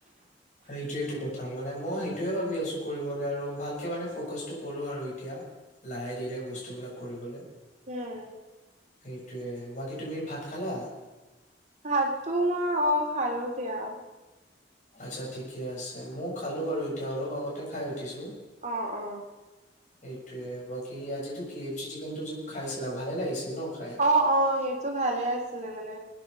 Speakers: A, on the left; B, on the right.
A: সেইটোৱেটো কথা মানে মই সেইটোয়ে ভাবি আছো কৰিবলে আৰু ভালকে মানে ফকাচটো কৰো আৰু এতিয়া লাহে ধীৰে বস্তুবিলাক কৰিবলে
B: উম
A: সেইটোৱে বাকী তুমি ভাত খালা
B: ভাতটো মই অ খালো দিয়া
A: আচ্ছা ঠিকে আছে মই খালো বাৰু এতিয়া অলপ আগতে খাই উঠিছোঁ
B: অ অ
A: এইটোৱে বাকি আজিটো কে এফ চি চিকেনটো যোনটো খাইছিলা ভালে লাগিছিল ন খাই
B: অ অ সেইটো ভালে আছিলে মানে